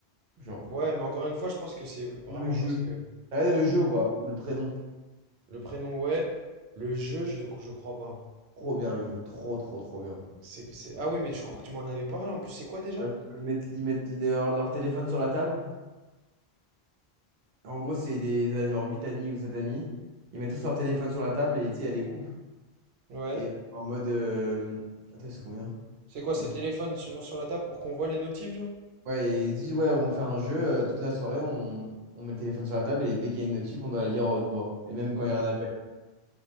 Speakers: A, on the right (about 55°); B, on the right (about 85°).
A: Genre,
B: Ouais, mais encore une fois, je pense que c'est vraiment
A: le jeu.
B: parce que
A: T'as regardé le jeu ou pas? Ou le prénom?
B: le prénom, ouais. Le jeu, je, je crois pas.
A: Trop bien le jeu, trop, trop, trop bien.
B: C'est, c'est... Ah oui, mais tu crois que tu m'en avais parlé en plus, c'est quoi déjà?
A: Ouais. Ils mettent, ils mettent leur, leur téléphone sur la table. En gros, c'est des euh, genre 8 amis ou 7 amis. Ils mettent tous leur téléphone sur la table et tu sais, il y a des couples.
B: Ouais.
A: Et euh, en mode. euh, Attends, ils sont combien?
B: C'est quoi, ces
A: Ouais.
B: téléphones sur, sur la table pour qu'on voit les notifs, genre?
A: Ouais, et il dit, ouais, on fait un jeu, euh, toute la soirée, on, on met le téléphone sur la table et dès qu'il y a une notif, on doit la lire à haute voix. Et même
B: Ok.
A: quand il y a un appel.